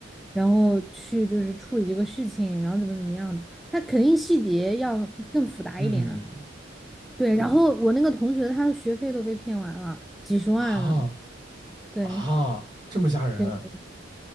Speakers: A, in the centre; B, on the right.
A: 然后去就是处理这个事情，然后怎么怎么样的。他肯定细节要更复杂一点啊。
B: 嗯
A: 对，然后我那个同学他的学费都被骗完了，几十万了。
B: 啊
A: 对
B: 啊，这么吓人
A: 对